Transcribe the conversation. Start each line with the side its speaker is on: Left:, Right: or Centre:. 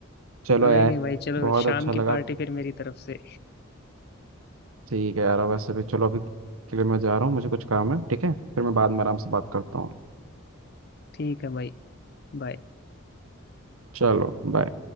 Right: चलो
Left: कोई
Right: यार
Left: नहीं भाई चलो
Right: बहुत
Left: शाम
Right: अच्छा
Left: की
Right: लगा
Left: पार्टी फिर मेरी तरफ से
Right: ठीक है यार वैसे भी चलो अभी के लिए मैं जा रहा हूँ मुझे कुछ काम है ठीक है फिर मैं बाद में आराम से बात करता हूँ
Left: ठीक है भाई बाय
Right: चलो बाय